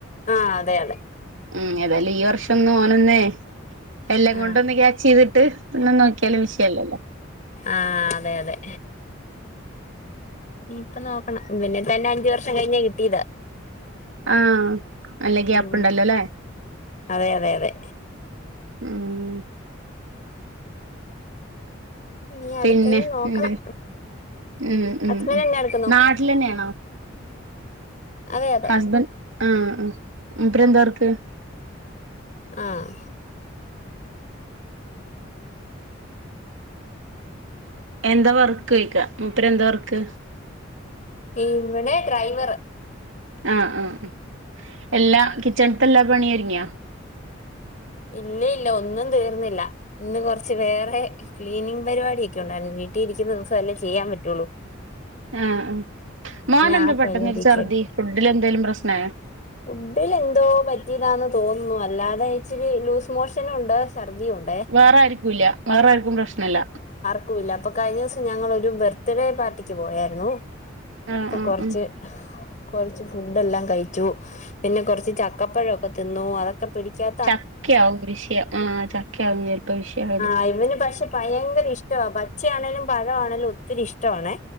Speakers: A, on the left; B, on the right.
A: ആഹ് അതെ അതെ
B: ഉം ഏതായാലും ഈ വർഷം ഓനൊന്നേ എല്ലം
A: ആ
B: കൊണ്ടോന്ന് ക്യാച്ച്യ്തിട്ട് ഒന്ന് നോക്കിയാലും വിഷയല്ലല്ലോ
A: ആഹ് അതെ അതെ ഇനിപ്പ നോക്കണം ഇവന്നെ തന്നെ അഞ്ച് വർഷം കഴിഞ്ഞ കിട്ടിയത്
B: ആഹ് നല്ല ഗ്യാപ്ണ്ടല്ലോലേ
A: ഉം അതെ അതെ അതെ
B: ഉം
A: ഇനി അടുത്തതിന്
B: പിന്നെ
A: നോക്കണം
B: എന്ത്‌ ഉം ഉം
A: ഹസ്ബൻഡ്
B: ഉം
A: എന്നെ എടുക്കുന്നു
B: നാട്ടിലെന്ന്യാണോ
A: അതെ അതെ
B: ഹസ്ബൻഡ് ആഹ് ആഹ് മുപ്പരെന്താ വർക്ക്
A: ആഹ്
B: എന്താ വർക്ക്‌യിക്കാ മുപ്പരെന്താ വർക്ക്
A: ഇവടെ ഡ്രൈവറ്
B: ആഹ് ആഹ് ആഹ് എല്ലാ കിച്ചണ്ത്തെ എല്ലാ പണി ഒര്ങ്യോ
A: ഇല്ല ഇല്ല ഒന്നും തീർന്നില്ല ഇന്ന് കൊറച്ച് വേറെ ക്ലീനിങ് പരിപാടിയൊക്കെ ഉണ്ടായിരുന്നു വീട്ടില് ഇരിക്ക്‌ന്ന ദിവസല്ലേ ചെയ്യാൻ പറ്റൊള്ളൂ
B: ആഹ് ആഹ് മോനെന്താ
A: ആ
B: പെട്ടെന്നോര്
A: പരിപാടിയൊക്കെ
B: ചർദ്ധി ഫുഡിലെന്തേലും പ്രശ്നായോ
A: ഫുഡില് എന്തോ പറ്റിയതാന്ന് തോന്നുന്നു അല്ലാതെ ഇച്ചിരി ലൂസ് മോഷനുണ്ട് ഛർദിയുണ്ട്
B: വേറാര്ക്കുല്ല വേറെ ആര്ക്കും പ്രശ്നല്ല
A: ക്കൂല്ലാ അപ്പൊ കഴിഞ്ഞൂസം ഞങ്ങളൊരു ബർത്ത്ഡേ പാർട്ടിക്ക് പോയായിരുന്നു
B: ആഹ്
A: ഇപ്പൊ
B: ആഹ്
A: കൊറച്ച്
B: ആഹ്
A: കൊറച്ച് ഫുഡെല്ലാം കഴിച്ചു പിന്നെ കൊറ് ച്ച് ചക്കപ്പഴൊക്കെ തിന്നു അതൊക്കെ പിടിക്കാ
B: ചക്ക്യാവും വിഷയം ആഹ് ചക്ക്യാവും ചെലപ്പോ വിഷയായത്
A: അയിമന് പക്ഷേ ഭയങ്കര ഇഷ്ട്ടവാ പച്ചയാണേലും പഴ ആണേലും ഒത്തിരി ഇഷ്ട്ടവാണെ